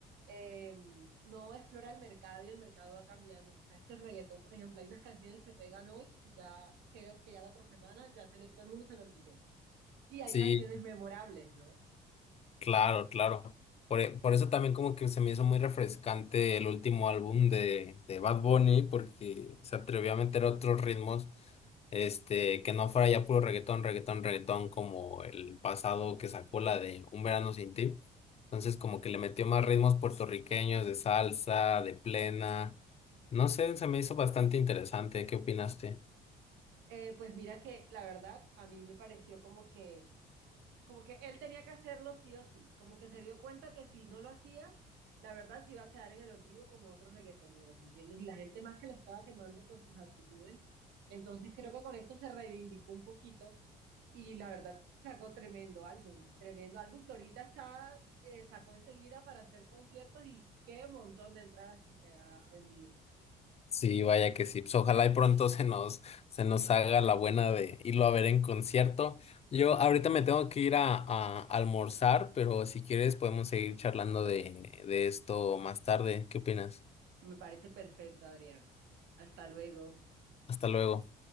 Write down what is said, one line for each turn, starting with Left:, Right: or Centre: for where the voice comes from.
Right: eh, no explora el mercado y el mercado va cambiando. Tú sabes que el reggaetón, por ejemplo, hay unas canciones que pegan hoy y ya creo que ya la otra semana ya se le- todo el mundo se lo olvidó. Y hay
Left: Sí,
Right: canciones memorables, ¿no?
Left: Claro, claro. Por, e- por eso también como que se me hizo muy refrescante el último álbum de, de Bad Bunny, porque se atrevió a meter otros ritmos, este, que no fuera ya puro reggaetón, reggaetón, reggaetón, como el pasado que sacó la de Un Verano Sin Ti. Entonces como que le metió más ritmos puertorriqueños, de salsa, de plena. No sé, se me hizo bastante interesante. ¿Qué opinaste?
Right: Eh, pues mira que la verdad a mí me pareció como que como que él tenía que hacerlo sí o sí, como que se dio cuenta que si no lo hacía, la verdad se iba a quedar en el olvido como otros reggaetoneros, ¿me entiendes? Y la gente más que lo estaba quemando por sus actitudes. Entonces creo que con esto se reivindicó un poquito y la verdad sacó tremendo álbum, tremendo álbum que ahorita está, eh, sacó enseguida para hacer conciertos y qué montón de entradas que se ha vendido.
Left: Sí, vaya que sí. Pues ojalá y pronto se nos, se nos haga la buena de irlo a ver en concierto. Yo ahorita me tengo que ir a, a almorzar, pero si quieres podemos seguir charlando de, de esto más tarde. ¿Qué opinas?
Right: Me parece perfecto, Adrián. Hasta luego.
Left: Hasta luego.